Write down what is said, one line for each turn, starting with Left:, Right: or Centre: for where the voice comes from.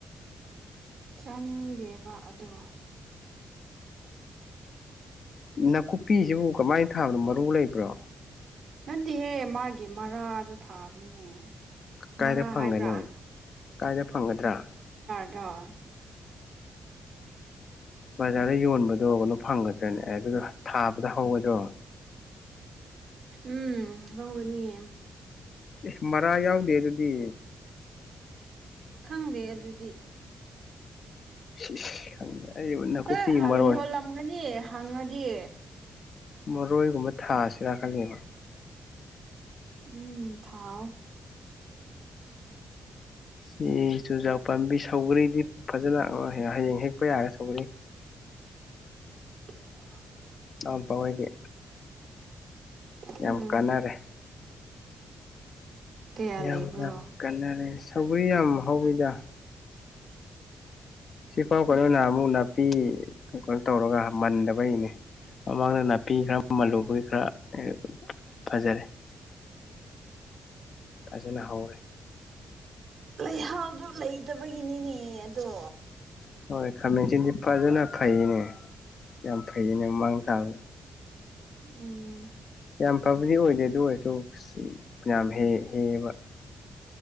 Right: ꯆꯥꯅꯤꯡꯗꯦꯕ ꯑꯗꯣ
Left: ꯅꯥꯀꯨꯞꯄꯤꯁꯤꯕꯨ ꯀꯃꯥꯏꯅ ꯊꯥꯕꯅꯣ ꯃꯔꯨ ꯂꯩꯕ꯭ꯔꯣ
Right: ꯅꯠꯗꯤꯍꯦ ꯃꯥꯒꯤ ꯃꯔꯥꯗꯣ ꯊꯥꯕꯅꯤꯅꯦ
Left: ꯀꯥꯏꯗ
Right: ꯃꯔꯥ
Left: ꯐꯪꯒꯅꯤ
Right: ꯍꯥꯏꯕ꯭ꯔꯥ
Left: ꯀꯥꯏꯗ ꯐꯪꯒꯗ꯭ꯔꯥ
Right: ꯗ꯭ꯔꯥ
Left: ꯕꯖꯥꯔꯗ ꯌꯣꯟꯕꯗꯣ ꯀꯩꯅꯣ ꯐꯪꯒꯗ꯭ꯔꯅꯦ ꯑꯦ ꯑꯗꯨꯗꫭ ꯊꯥꯕꯗ ꯍꯧꯒꯗ꯭ꯔꯣ
Right: ꯎꯝ ꯍꯧꯒꯅꯤꯌꯦ
Left: ꯏꯁ ꯃꯔꯥ ꯌꯥꯎꯗꯦ ꯑꯗꯨꯗꯤ
Right: ꯈꯪꯗꯦ ꯑꯗꯨꯗꯤ
Left: ꯁꯤ ꯁ ꯈꯪꯗꯦ ꯑꯩꯕꯨ ꯅꯥꯀꯨꯞꯄꯤ
Right: ꯍꯦ
Left: ꯃꯔꯣꯏ
Right: ꯑꯔꯤ ꯌꯣꯜꯂꯝꯒꯅꯤ ꯍꯪꯉꯗꯤ
Left: ꯃꯔꯣꯏꯒꯨꯝꯕ ꯊꯥꯁꯤꯔ ꯈꯜꯂꯤꯕ
Right: ꯎꯝ ꯊꯥꯎꯑꯣ
Left: ꯁꯤ ꯆꯨꯖꯥꯛ ꯄꯥꯝꯕꯤ ꯁꯧꯒꯔꯤꯗꯤ ꯐꯖꯅ ꯑ ꯍꯌꯦꯡ ꯍꯦꯛꯄ ꯌꯥꯔꯦ ꯁꯧꯒꯔꯤ
Right: <inaudible>
Left: ꯑꯝꯄꯥ ꯍꫭꯏꯒꯤ
Right: ꯎꯝ
Left: ꯌꯥꯝ ꯀꯥꯟꯅꯔꯦ
Right: ꯀꯌꯥ
Left: ꯌꯥꯝ
Right: ꯂꯩꯕ꯭ꯔꯣ
Left: ꯌꯥꯝ ꯀꯟꯅꯔꯦ ꯁꯧꯒꯔꯤ ꯌꯥꯝ ꯍꯧꯋꯤꯗ ꯁꯤꯐꯥꯎ ꯀꯩꯅꯣ ꯅꯍꯥꯃꯨꯛ ꯅꯥꯄꯤ ꯀꯩꯅꯣ ꯇꯧꯔꯒ ꯃꯟꯗꯕꯩꯅꯦ ꯃꯃꯥꯡꯗ ꯅꯥ ꯄꯤ ꯈꯔ ꯃꯜꯂꯨꯕꯒꯤ
Right: ꯎꯝ
Left: ꯈꯔ ꯑ ꯐꯖꯔꯦ ꯐꯖꯅ ꯍꯧꯔꯦ
Right: ꯂꯩꯍꯥꯎꯗꯣ ꯂꯩꯇꯕꯒꯤꯅꯤꯅꯦ ꯑꯗꯣ
Left: ꯍꯣꯏ ꯈꯥꯃꯦꯟꯁꯤꯟꯗꯤ ꯐꯖꯅ ꯐꯩꯌꯦꯅꯦ ꯌꯥꯝ ꯐꯩꯌꯦꯅꯦ ꯃꯥꯡ ꯊꯥꯕꯗ
Right: ꯎꯝ
Left: ꯌꯥꯝ ꯐꯕꯗꯤ ꯑꯣꯏꯗꯦ ꯑꯗꯨ ꯑꯣꯏꯔꯁꯨ ꯁꯤ ꯌꯥꯝ ꯍꯦ ꯍꯦꯕ